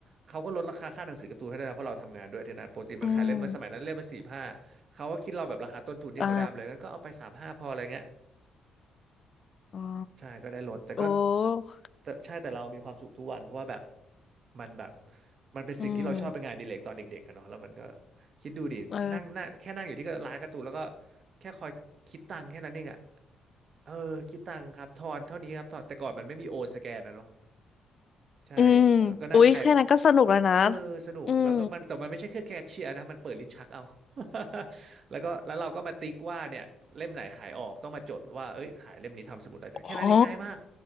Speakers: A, on the right (about 50°); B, on the left (about 50°).
A: เขาก็ลดราคาค่าหนังสือการ์ตูนให้ด้วยนะเพราะเราทำงานด้วยที่นั่นปกติมันขายเล่มมาสมัยนั้นเล่มมาสี่ห้า
B: อืม
A: เขาก็คิดเราแบบราคาต้นทุนที่เขาได้มาเลยงั้นก็เอาไปสามห้าพออะไรเงี้ย
B: อ่าอ๋อ
A: ใช่ก็ได้ลดแต่ก็
B: โอ้
A: แต่ใช่แต่เรามีความสุขทุกวันเพราะว่าแบบมันแบบมันเป็นสิ่งที่เราชอบเป็นงานอดีเลกตอนเด็กๆกันเนาะแล้วมันก็
B: อืม
A: คิดดูดินั่งนั่งแค่นั่งอยู่ที่ร้านการ์ตูนแล้วก็
B: เออ
A: แค่คอยคิดตังค์แค่นั้นเองอ่ะเออคิดตังค์ครับทอนเท่านี้ครับทอนแต่ก่อนมันไม่มีโอนสแกนนะเนาะใช่ก็ก็นั่งใคร
B: อืมอุ๊ยแค่นั้นก็สนุกแล้วนะ
A: เออสนุกแล้วก็มันแต่มันไม่ใช่เครื่องแคชเชียร์นะมันเปิดลิ้นชักเอา
B: อืม
A: <laughs> แล้วก็แล้วเราก็มาติ๊กว่าเนี่ยเล่มไหนขายออกต้องมาจดว่าเอ้ยขายเล่มนี้ทำสมุดอะไรจ้ะแค่นั้นเองง่ายมาก
B: ฮอ